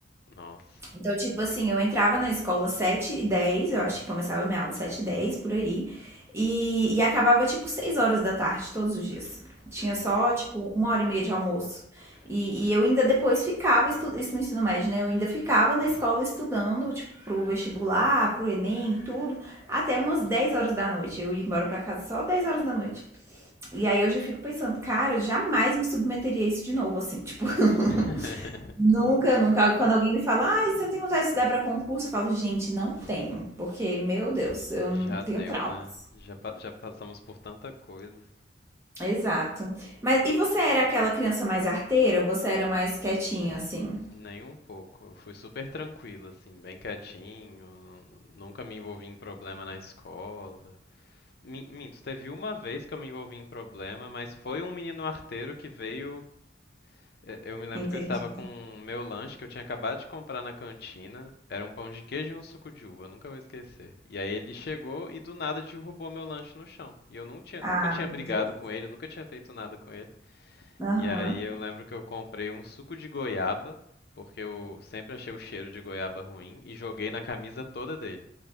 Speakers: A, on the left; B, on the right.
A: Nossa.
B: Então, tipo assim, eu entrava na escola 7 e 10, eu acho que começava minha aula 7 e 10 por aí, e, e acabava, tipo, 6 horas da tarde, todos os dias. Tinha
A: Uhum.
B: só, tipo, uma hora e meia de almoço. E, e eu ainda depois ficava, estu- isso no ensino médio, né? Eu ainda ficava na escola estudando, tipo, pro vestibular, pro Enem, tudo, até umas 10 horas da noite. Eu ia embora pra casa só 10 horas da noite. E aí hoje eu fico pensando, cara, jamais me submeteria a isso de novo, assim, tipo, <laughs>
A: <laughs>
B: Nunca, nunca. Quando alguém me fala, ah você não tem vontade de estudar para concurso? Eu falo, gente, não tenho, porque, meu Deus, eu não-
A: Já
B: tenho
A: deu,
B: traumas.
A: né? Já, pa- já passamos por tanta coisa.
B: Exato. Mas e você era aquela criança mais arteira ou você era mais quietinha, assim?
A: Nem um pouco. Eu fui super tranquilo, assim, bem quietinho, nu- nunca me envolvi em problema na escola. Mi- Minto, teve uma vez que eu me envolvi em problema, mas foi um menino arteiro que veio. eh, Eu me lembro
B: Entendi.
A: que eu estava com o meu lanche que eu tinha acabado de comprar na cantina. Era um pão de queijo e um suco de uva, eu nunca vou esquecer. E aí ele chegou e do nada derrubou meu lanche no chão. E eu não tinha,
B: Ah,
A: nunca tinha
B: meu
A: brigado
B: Deus.
A: com ele, nunca tinha feito nada com ele.
B: Aham.
A: E aí eu lembro que eu comprei um suco de goiaba, porque eu sempre achei o cheiro de goiaba ruim, e joguei na camisa toda dele.